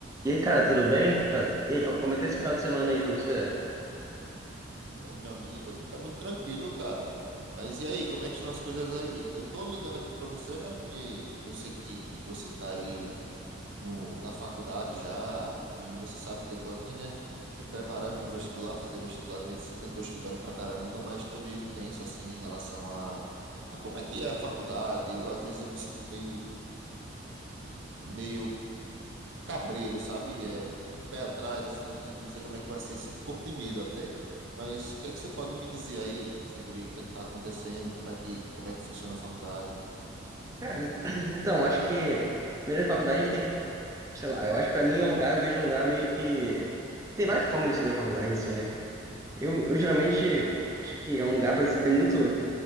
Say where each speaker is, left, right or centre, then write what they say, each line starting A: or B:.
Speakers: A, on the right (about 15°); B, on the right (about 65°).
A: E aí, cara, tudo bem? Tá. E aí, co- como é que tá esse final de semana aí pra você?
B: Ô, meu amigo, aqui tá muito tranquilo, cara. Mas e aí, como é que estão as coisas aí? Eu tô ligando aqui pra você, né? Porque eu sei que você tá aí no, na faculdade já, e você sabe que eu tô aqui, né? Me preparando pro vestibular, fazer vestibular de medicina. Tô estudando pra caramba, mas tô meio tenso, assim, em relação a, a como é que é a faculdade. Eu, às vezes eu me sinto meio, meio cabreiro, sabe? É, um pé atrás, assim, não sei como é que vai ser, sinto um pouco de medo até. Mas o que é que você pode me dizer aí sobre o que é que tá acontecendo, como é que, como é que funciona a faculdade?
A: Cara, <clears throat> então, acho que primeiro a faculdade a gente tem que, sei lá, eu acho que pra mim é um lugar, eu vejo um lugar meio que. Tem várias formas de você ver a faculdade em si, né? Eu, eu geralmente acho que é um lugar pra você ter muito